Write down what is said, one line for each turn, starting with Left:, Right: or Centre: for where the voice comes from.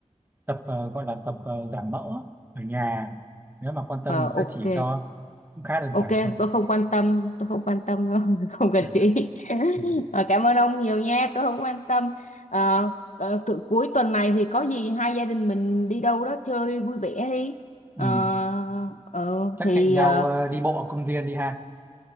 Right: tập ờ, gọi là tập ờ, giảm mỡ ở nhà. Nếu mà quan tâm
Left: Ờ,
Right: mình sẽ
Left: ok
Right: chỉ cho cũng khá đơn giản
Left: Ok,
Right: thôi.
Left: tôi không quan tâm, tôi không quan tâm đâu, <laughs> không cần
Right: Đơn
Left: chị.
Right: giản.
Left: <laughs>
Right: Ừ.
Left: Ờ, cảm ơn ông nhiều nha, tôi không quan tâm. Ờ, ờ, tự cuối tuần này thì có gì hai gia đình mình đi đâu đó chơi vui vẻ đi. Ờ,
Right: Ừ.
Left: ờ,
Right: Chắc
Left: thì
Right: hẹn nhau
Left: ờ,
Right: ờ, đi bộ ở công viên đi ha.